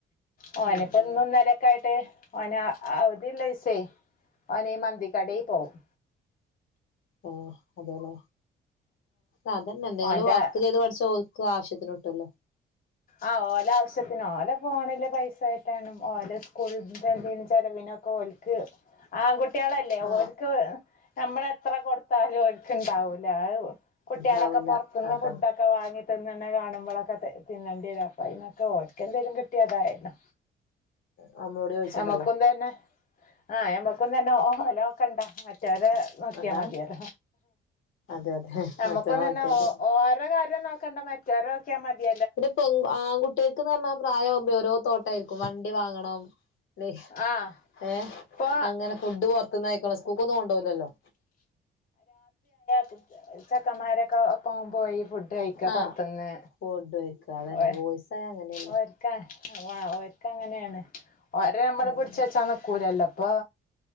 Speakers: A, on the left (about 45°); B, on the left (about 75°).
A: ഓ
B: ഉം
A: അനിപ്പൊ
B: ഉം
A: ഇന്നും ന്നലെക്കായിട്ട് വൊന ആവതില്ലയ്സേ അവനേ മന്തിക്കടേ പോവും
B: ആ അതെനെ സാധ ഇന്ന് എന്തെലും
A: ഓന്റെ
B: വർക്ക് ചെയ്ത് പഠിച്ചോ ക്ക് ആവശ്യത്തിന് വീട്ടല്ലേ
A: ആ ഓലാവശ്യത്തിനോ ഓല ഫോണില് പൈസ കയറ്റാനും ഓല സ്കൂളുത്തെ എന്തേലും ചെിലവിനോക് ഓൽക്ക് ആൺകുട് ട്ട്യേളല്ലേ
B: ആഹ്
A: ഓൽക്ക് നമ്മള ത്ര കൊട് ത്താലും ഓൽകത് താങ്ങൂല അഹ് കുട്ട്യോളൊക്കെ
B: ഉണ്ടാവൂല
A: പുറത്തുന്ന്
B: അതാണ്
A: ഫുഡൊക്കെ വാങ്ങി ഇത് തന്നെ കാണുമ്പോഴൊക്കെ തിന്നണ്ടിയെരും അപ്പൊ അയിന്നൊക്കെ ഓൽക്കെന്തേലും കിട്ടിയതായല്ലോ
B: നമ്മളോട് ചോദിച്ചണ്ടല്ലോ
A: എമ്മക്കുന്തന്നെ ആ എമ്മ തന്നെ ലോ ഓഹൊ ലോക്കണ്ടറ്റ റ്റൊരെ നോക്കിയാ
B: അതാണ്
A: മതിയലോ
B: അതെ അതെ
A: നമ്മുക്കും
B: മറ്റേ ഓക്കെ
A: തന്നെഓ
B: അതെ
A: ഓരോ കാര്യം നോക്കണ്ടമറ്റ ചെറോക്യാ മതി
B: ത്പ്പൊങ്ക് ആ കുട്ട്യേക്ക്ന്ന് പറഞ്ഞാ പ്രായാവുമ്പോരോ തോട്ടായിരിക്കും വണ്ടി വാങ്ങണം ലിഹ
A: ആഹ്
B: ഏ
A: ഇപ്പൊ
B: അങ്ങനെ ഫുഡ് പൊറത്തുന്നയ്ക്ണു സ്കൂക്കൊന്നും കൊണ്ടോലല്ലോ
A: <unintelligible> ക്കമ്മാരെക്കൊ ഒപ്പം പോയി ഫുഡ് കയിക്ക
B: ആഹ്
A: പൊറത്തുന്ന്
B: ഫുഡ് കഴിക്ക അതന്നെ
A: ഓ
B: ബോയ്സായ അങ്ങനെയല്ലേ
A: ഓയിക്ക ആ ഓൽക്കങ്ങനെയാണ് ഓൽ വരെ മ്മള്
B: ഉം
A: പിടിച്ച് വെച്ചാന്നിക്കൂലല്ലോപ്പൊ